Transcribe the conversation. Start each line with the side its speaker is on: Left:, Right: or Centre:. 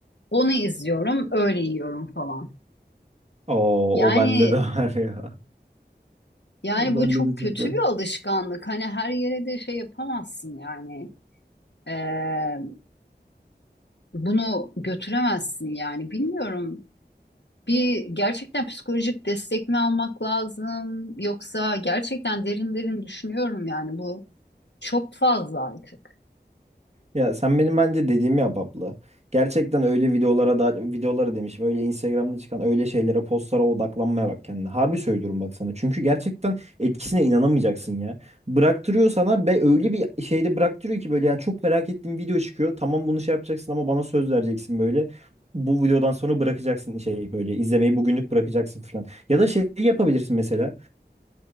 Left: Onu izliyorum, öyle yiyorum falan.
Right: Oo,
Left: Yani
Right: o bende de var ya. <laughs>
Left: yani
Right: O bende
Left: bu çok
Right: de
Left: kötü
Right: çok var.
Left: bir alışkanlık. Hani her yere de şey yapamazsın yani. E, Bunu götüremezsin yani. Bilmiyorum. Bir gerçekten psikolojik destek mi almak lazım yoksa gerçekten derin derin düşünüyorum yani bu çok fazla artık.
Right: Ya sen benim bence dediğimi yap abla. Gerçekten öyle videolara da videolara demişim. Öyle Instagram'da çıkan öyle şeylere, postlara odaklanmaya bak kendine. Harbi söylüyorum bak sana. Çünkü gerçekten etkisine inanamayacaksın ya. Bıraktırıyor sana ve öyle bir şeyde bıraktırıyor ki böyle yani çok merak ettiğim video çıkıyor. Tamam bunu şey yapacaksın ama bana söz vereceksin böyle. Bu videodan sonra bırakacaksın şey böyle izlemeyi bugünlük bırakacaksın falan. Ya da şey yapabilirsin mesela.